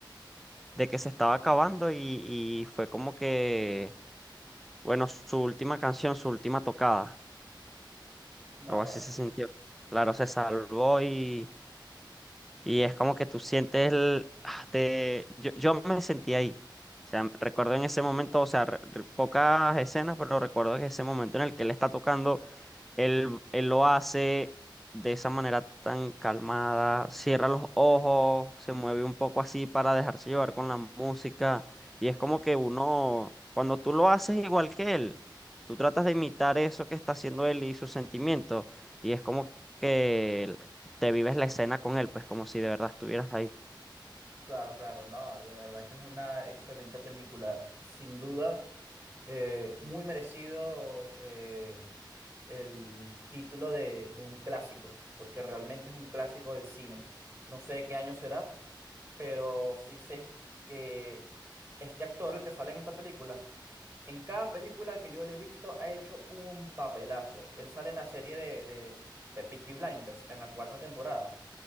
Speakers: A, in the centre; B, on the right.
A: de que se estaba acabando y, y fue como que, bueno, su última canción, su última tocada,
B: Náguara,
A: o así
B: sí.
A: se sintió. Claro, se salvó y, y es como que tú sientes el, ah, te, yo, yo me sentí ahí. O sea, recuerdo en ese momento, o sea, re- re- pocas escenas, pero recuerdo que ese momento en el que él está tocando Él, él lo hace de esa manera tan calmada, cierra los
B: Ujú,
A: ojos, se mueve un poco así para dejarse llevar con la música. Y
B: ujú.
A: es como que uno, cuando tú lo haces igual que él, tú tratas de imitar eso que está haciendo él y sus sentimientos. Y es como que te vives la escena con él, pues como si de verdad estuvieras ahí.
B: Claro, claro, no, de verdad que es una excelente película, sin duda, eh, muy merecido eh, el título de, de un clásico, porque realmente es un clásico del cine. No sé de qué año será, pero sí sé que este actor, el que sale en esta película, en cada película que yo le he visto ha hecho un papelazo. Él sale en la serie de, de, de Peaky Blinders, en la cuarta temporada